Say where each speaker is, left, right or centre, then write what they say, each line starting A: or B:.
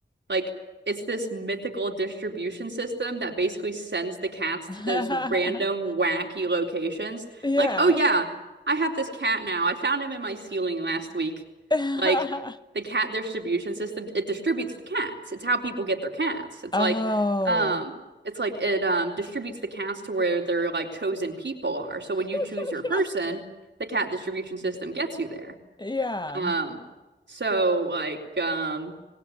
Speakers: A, on the right (about 70°); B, on the left (about 20°).
A: like it's this mythical distribution system that basically sends the cats to
B: yeah.
A: those random
B: <laughs>
A: wacky locations.
B: Yeah.
A: Like, oh yeah, I have this cat now. I found him in my ceiling last week.
B: <laughs>
A: Like the cat distribution system, it distributes the cats. It's how people get their cats. It's
B: Oh.
A: like, um, it's like it um distributes the cats to where their like chosen people are. So when
B: <laughs>
A: you choose your person, the cat distribution system gets you there.
B: Yeah.
A: Um, so like um,